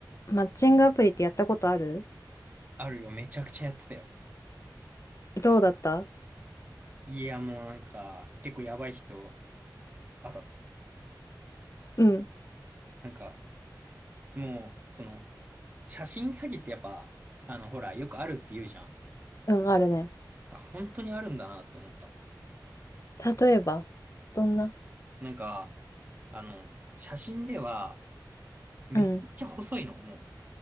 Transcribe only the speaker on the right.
あるよ。めちゃくちゃやってたよ。
いや、もうなんか、結構やばい人、あた、
なんか、もう、その、写真詐欺ってやっぱ、あの、ほら、よくあるって言うじゃん。
あ、本当にあるんだなって思った。
なんか、あの、写真では、めちゃくちゃ細いの、
も